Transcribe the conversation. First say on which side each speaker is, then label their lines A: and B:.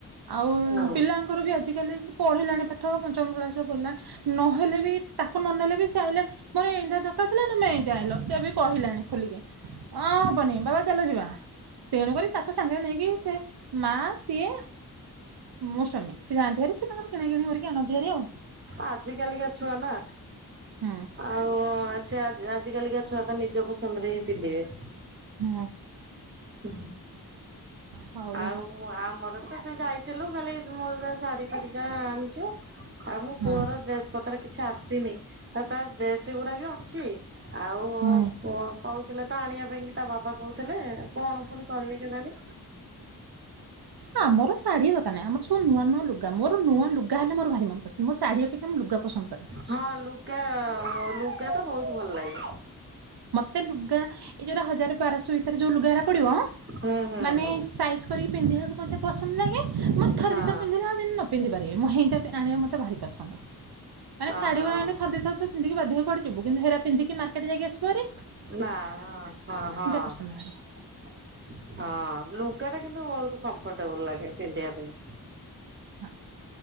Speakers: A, on the right (about 85°); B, on the right (about 30°).
A: ଆଉ
B: ହୁଁ।
A: ପିଲାଙ୍କର ବି ଆଜିକାଲି ସେ ପଢିଲାଣି ଆଠ ପଞ୍ଚମ କ୍ଳାସରେ ପଡିଲା ନହେଲେ ବି ତାକୁ ନ ନେଲେ ବି ସେ ଆଇଲେ ମ ଏଇ ଦର ଥିଲା ନା ମ ଏଇତିଆ ଆଇଲ ସେ ବି କହିଲାଣି ଖୋଲିକି ହଁ ହବନି ବାବା ଚାଲ ଯିବା। ତେଣୁକରି ତାକୁ ସାଙ୍ଗରେ ନେଇକି ସେ ମା ସିଏ ମୋ ସାମି ସିଏ ଯାଆନ୍ତିଆରି ସେି ତାଙ୍କର କିଣା କିିଣି କରିକି ଆଣନ୍ତିଆରି ଆଉ।
B: ଆଜି କାଲିକା ଛୁଆ ନା
A: ହଁ
B: ଆଉ ସେ ଆଜିକାିକା ଛୁଆ ତ ନିଜ ପସନ୍ଦରେ ହିଁ ପିନ୍ଧିବେ।
A: ହୁଁ
B: ହୁଁ
A: ହଉ
B: ଆଉ ମୁଁ ଆମର ତ ସେ ଯାଇଥିଲୁ ଖାଲି ମୋର ଯା ଶାଢୀ ଫାଢ ଯାହା ଆଣିଛୁ। ଆଉ ମୁଁ
A: ହଁ
B: ପୁଅର ଡ୍ରେସ ପତ୍ର କିଛି ଆସିନି। ତ ଡ୍ରେସ ଗୁରା ବି ଅଛି ଆଉ।
A: ହୁଁ
B: କ କହୁଥିଲେ ତ ଆଣିବା ପାଇଁ ତା ବାବା କହୁଥିଲେ କଣ ପୁଣି କରିବେ କେ କାଣି।
A: ଆମର ଶାଢୀ ତାହିେ ଆମରବୁୂଆ ନୂଆ ଲଗ ମୋର ନୂଆ ଲୁଗା ହେ ମର ଭାର ମନ ପସନ୍ଦ ଅଓକ୍ଷା ଲୁଗା ପସନ୍ଦ କରେ।
B: ହଁ ଲୁଗା ଲୁଗା ତ ବହୁତ ଭଲ ଲାଗେ।
A: ମତେ ଲୁଗା ଏ ଯୋଉଟା ହଜାର ବାରଶହ ଭିତରେ ଯୋଉ ଲୁଗା ହେ ପଡିବ
B: ହୁଁ ହୁଁ
A: ମାନେ
B: ହୁଁ
A: ସାଇଜ କରିକି ପିନ୍ଧିବାକୁ ମତେ ପସନ୍ଦ ଲାଗେ ମତ ଥ
B: ହଁ
A: ଦ ଥ ପିନ୍ଧିଲା ଆଉ ନ ପିନ୍ଧିପାରିବି ମୁଁ ହେଇଁତିଆ ପେ ଆଣିବା ମତେ ଭାରି ପସନ୍ଦ ମାନେ
B: ହଁ
A: ଶାଢ଼ୀ
B: ହଁ
A: <unintelligible> ଥରେ ଦି ଥର ତ। ପିନ୍ଧିକି ବାଧ୍ୟ ହେଇ କୁଆଡ଼େ ଯିବୁ କିନ୍ତୁ ହେରା ପନ୍ଧିକି ମାର୍କେଟ ଯାଇକି ଆସିବୁ ହେରି।
B: ନା ହଁ ହଁ ହଁ।
A: ପସନ୍ଦ ଭାରି।
B: ହଁ ଲୁଗା ଟା କିନ୍ତୁ ବହୁତ କମ୍ଫଟେବୁଲ ଲାଗେ ପିନ୍ଧିବା ପାଇଁ କି।
A: ହଁ